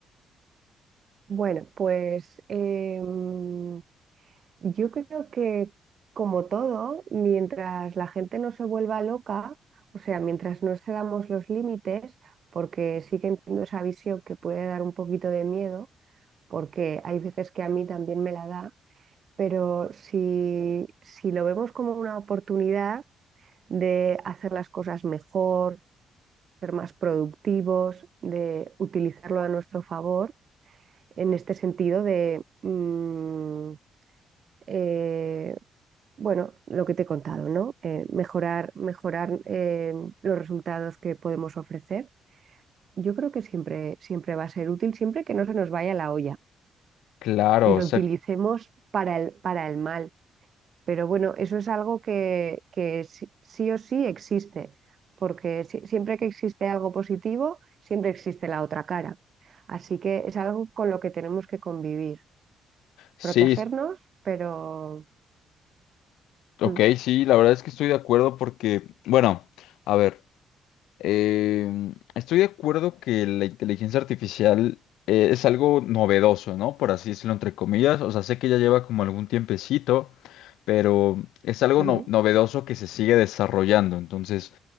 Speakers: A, on the right; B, on the left.
A: Bueno, pues em, yo creo que como todo, mientras la gente no se vuelva loca, o sea, mientras no cedamos los límites, porque sí que entiendo esa visión que puede dar un poquito de miedo, porque hay veces que a mí también me la da, pero si, si lo vemos como una oportunidad de hacer las cosas mejor, ser más productivos, de utilizarlo a nuestro favor, en este sentido de, mm, eh, bueno, lo que te he contado, ¿no? Eh, mejorar, mejorar eh, los resultados que podemos ofrecer. Yo creo que siempre, siempre va a ser útil, siempre que no se nos vaya la olla
B: Claro,
A: y lo
B: o sea,
A: utilicemos para el, para el mal. Pero bueno, eso es algo que, que sí, sí o sí existe, porque si- siempre que existe algo positivo, siempre existe la otra cara. Así que es algo con lo que tenemos que convivir,
B: sí.
A: protegernos, pero...
B: Ok,
A: mm,
B: sí, la verdad es que estoy de acuerdo porque, bueno, a ver, em, estoy de acuerdo que la inteligencia artificial eh, es algo novedoso, ¿no? Por así decirlo, entre comillas. O sea, sé que ya lleva como algún tiempecito, pero es algo
A: Y...
B: no- novedoso que se sigue desarrollando. Entonces,